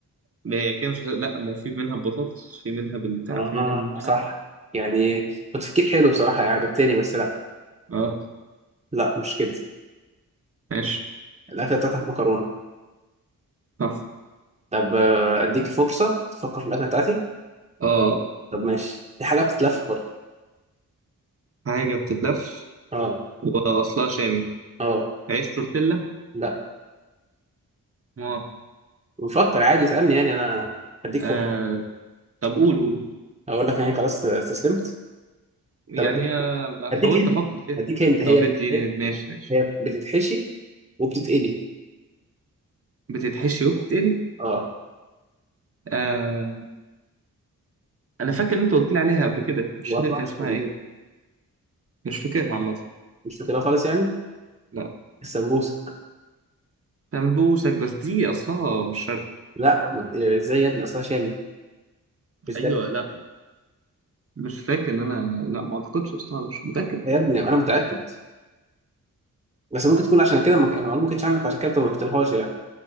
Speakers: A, on the right (about 40°); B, on the right (about 20°).
A: ما هي كده مش لا ما هو في منها بطاطس في منها بالبتاع
B: اه
A: في منها من حاجه
B: صح يعني تفكير حلو بصراحه يعني عجبتني بس لا
A: اه
B: لا مش كده
A: ماشي
B: الاكله بتاعتك مكرونه
A: صح
B: طب آه، اديك فرصه تفكر في الاكله بتاعتي
A: اه
B: طب ماشي دي حاجة بتتلف برضه
A: حاجه بتتلف
B: اه
A: واصلها شامي
B: اه
A: عيش تورتيلا
B: لا
A: ما
B: بفكر عادي اسألني يعني انا هديك
A: آه.
B: فوق
A: طب قول قول
B: اقول لك يعني خلاص استسلمت
A: يعني
B: طب
A: آه، حاولت
B: هديك هنا
A: افكر فيها
B: هديك انت هي
A: طب ادي
B: هي
A: ماشي ماشي
B: هي بتتحشي وبتتقلي
A: بتتحشي وبتتقلي
B: اه
A: آه انا فاكر ان انت قلت لي عليها قبل كده مش
B: واصلها
A: فاكر كان
B: شامي
A: اسمها ايه مش فاكرها عامه
B: مش فاكرها خالص يعني
A: لا
B: السمبوسه
A: سمبوسك بس دي اصلها مش شرقي
B: لا ما- ازاي يا ابني اصلها شامي مش
A: ايوه
B: ده
A: لا مش فاكر ان انا لا ما اعتقدش اصلها مش متاكد
B: يا ابني انا متأكد بس ممكن تكون عشان كده ما- المعلومه ما كانتش عندك عشان كده انت ما رحتلهاش يعني